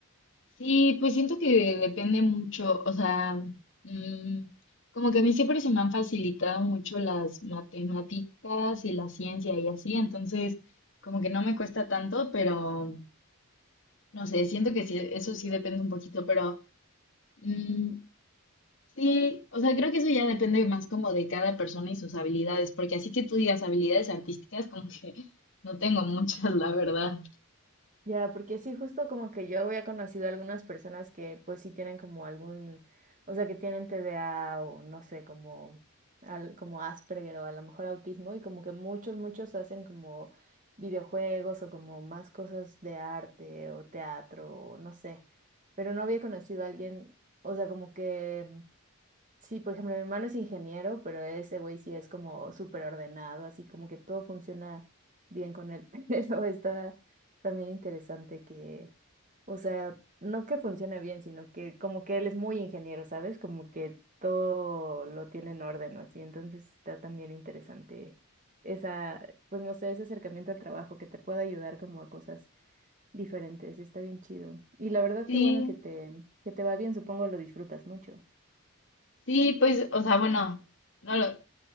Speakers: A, on the left; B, on the right.
A: Sí, pues siento que depende mucho, o sea, mm, como que a mí siempre se me han facilitado mucho las matemáticas y la ciencia y así, entonces como que no me cuesta tanto, pero no sé, siento que sí, eso sí depende un poquito, pero mm, sí, o sea, creo que eso ya depende más como de cada persona y sus habilidades, porque así que tú digas habilidades artísticas, como que <laughs> no tengo muchas, la verdad.
B: Ya, porque sí, justo como que yo había conocido algunas personas que pues sí tienen como algún, o sea, que tienen TDA o no sé, como, al- como Asperger o a lo mejor autismo y como que muchos, muchos hacen como videojuegos o como más cosas de arte o teatro o no sé, pero no había conocido a alguien, o sea, como que Sí, por ejemplo, mi hermano es ingeniero, pero ese güey sí es como súper ordenado, así como que todo funciona bien con él. <laughs> Pero está también interesante que, o sea, no que funcione bien, sino que como que él es muy ingeniero, ¿sabes? Como que todo lo tiene en orden o así. Entonces está también interesante esa, pues no sé, ese acercamiento al trabajo que te puede ayudar como a cosas diferentes. Está bien chido. Y la verdad
A: Sí,
B: que bueno que te, que te va bien, supongo lo disfrutas mucho.
A: sí, pues, o sea, bueno. No, lo-